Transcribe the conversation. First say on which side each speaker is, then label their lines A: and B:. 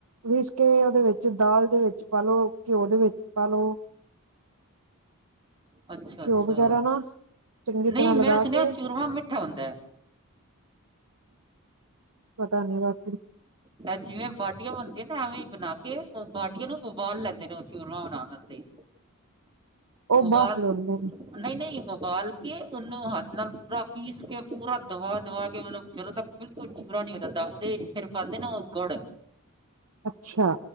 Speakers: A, on the right; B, on the right.
A: ਪੀਸ ਕੇ ਉਹਦੇ ਵਿੱਚ ਵਿੱਚ ਦਾਲ ਦੇ ਵਿੱਚ ਪਾਲੋ ਘਿਓ ਦੇ ਵਿੱਚ ਪਾਲੋ
B: ਅੱਛਾ ਅੱਛਾ
A: ਘਿਓ ਵਗੈਰਾ ਨਾ ਚੰਗੀ
B: ਨਹੀਂ
A: ਤਰ੍ਹਾਂ
B: ਮੈਂ
A: ਲਗਾ
B: ਸੁਣਿਆ
A: ਕੇ
B: ਚੂਰਮਾ ਮਿੱਠਾ ਹੁੰਦਾ ਹੈ।
A: ਪਤਾ ਨੀ ਬਾਕ
B: ਤੇ ਜਿਵੇਂ ਬਾਟੀਆਂ ਬਣਦੀਆਂ ਨਾ ਐਵੇਂ ਹੀ ਬਣਾ ਕੇ ਬਾਟੀਆਂ ਨੂੰ ਉਬਾਲ ਲੈਂਦੇ ਨੇ ਉਹ ਚੂਰਮਾ ਬਣਾਉਣ ਵਾਸਤੇ
A: ਉਹ
B: ਉਬਾਲ
A: ਬਾਫਲੇ ਹੁੰਦੇ ਨੇ
B: ਨਹੀਂ ਨਹੀਂ ਉਬਾਲ ਕੇ ਉਹਨੂੰ ਹੱਥ ਨਾਲ ਪੂਰਾ ਪੀਸ ਕੇ ਪੂਰਾ ਦਵਾ ਦਵਾ ਕੇ ਮਤਲਬ ਜਦੋਂ ਤੱਕ ਬਿਲਕੁਲ ਚੂਰਾ ਨੀ ਹੋ ਜਾਂਦਾ ਉਹਦੇ ਚ ਫਿਰ ਬਣਦੇ ਨੇ ਪਕੌੜੇ
A: ਅੱਛਾ